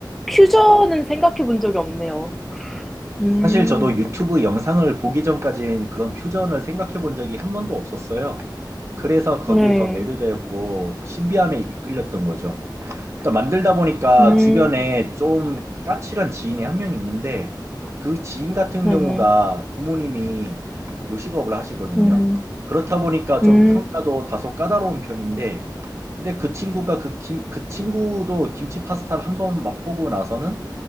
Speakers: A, in the centre; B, on the right (about 35°).
A: 퓨전은 생각해 본 적이 없네요. 음,
B: 사실 저도 유튜브 영상을 보기 전까진 그런 퓨전을 생각해 본 적이 한 번도 없었어요. 그래서 거기에
A: 네.
B: 더 매료되었고, 더 신비함에 이끌렸던 거죠. 일단 만들다 보니까
A: 음,
B: 주변에 좀 까칠한 지인이 한 명 있는데 그 지인 같은
A: 네네.
B: 경우가 부모님이 요식업을 하시거든요.
A: 음,
B: 그렇다 보니까 좀
A: 음.
B: 평가도 다소 까다로운 편인데 근데 그 친구가 그 김, 그 친구도 김치 파스타를 한번 맛보고 나서는